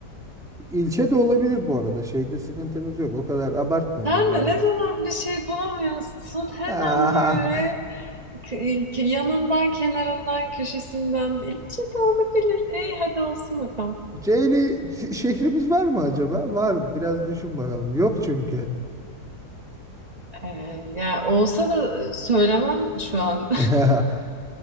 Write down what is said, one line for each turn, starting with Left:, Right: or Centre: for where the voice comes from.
Centre: İlçe de olabilir bu arada. Şeyde sıkıntımız yok. O kadar abartmayalım
Right: Sen
Centre: ben.
Right: de ne
Centre: <laughs>
Right: zaman bir şey bulamıyorsun hemen
Centre: Ah.
Right: böyle k- k- yanından, kenarından, köşesinden içi de olabilir. İyi hadi olsun bakalım.
Centre: C ile şehrimiz var mı acaba? Var. Biraz düşün bakalım. Yok çünkü.
Right: Ee, yani olsa da e, söylemem şu an.
Centre: <laughs>